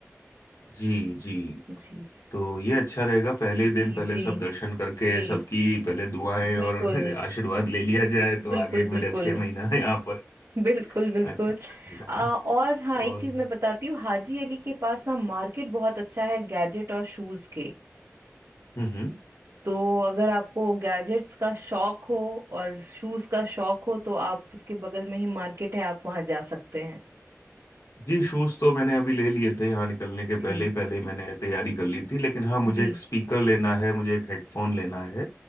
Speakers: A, on the left; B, on the right.
A: जी जी
B: जी
A: तो ये अच्छा रहेगा पहले ही दिन
B: जी
A: पहले
B: जी
A: सब दर्शन करके
B: जी
A: सबकी पहले दुआएं
B: बिल्कुल
A: और <laughs> आशीर्वाद ले लिया जाए तो
B: बिल्कुल
A: आगे
B: बिल्कुल
A: मेरा छह महीना है यहाँ पर
B: बिल्कुल बिल्कुल
A: अच्छा रहेगा
B: आ, और हाँ एक
A: और
B: चीज
A: हम्म
B: मैं बताती हूँ हाजी अली के पास ना मार्केट बहुत अच्छा है गैजेट और शूज के
A: हम्म
B: तो अगर आपको गैजेट्स का शौक हो और शूज का शौक हो तो आप उसके बगल में ही मार्केट है आप वहां जा सकते हैं
A: जी शूज तो मैंने अभी ले लिए थे यहाँ निकलने के
B: जी
A: पहले ही पहले ही मैंने तैयारी कर ली थी लेकिन हाँ मुझे
B: जी
A: एक स्पीकर लेना है मुझे एक हेडफोन लेना है